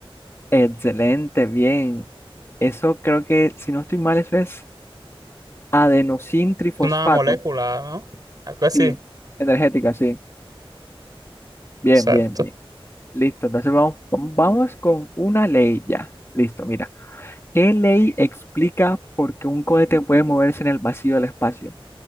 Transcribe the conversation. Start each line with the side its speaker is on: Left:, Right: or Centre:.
Left: Excelente, bien. Eso creo que, si no estoy mal, eso es adenosin trifosfato.
Right: es una molécula, ¿no? Algo así.
Left: Sí, energética, sí. Bien,
Right: Exacto.
Left: bien, bien. Listo, entonces vamos, vamos con una ley ya. Listo, mira. ¿Qué ley explica por qué un cohete puede moverse en el vacío del espacio?